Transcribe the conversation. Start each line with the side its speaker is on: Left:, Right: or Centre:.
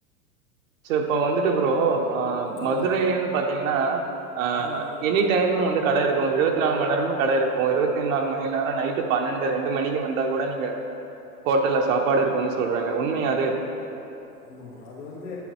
Right: சேர் இப்ப வந்துட்டு ப்ரோ அ மதுரைனு
Left: ம்
Right: பாத்திங்னா அ
Left: ம்
Right: எனி டைமு வந்து கடை இருக்கு இருபத்தி நாலு மண்நேரமு கடை இருக்கு இருபத்தி நாலு மணி நேர நைட்டு பன்னெண்டு ரெண்டு மணிக்கு வந்தா கூட நீங்க ஹோட்டல்ல சாப்பாடு இருக்குன்னு சொல்றாங்க உண்மையா அது
Left: ஆமா ப்ரோ அது வந்து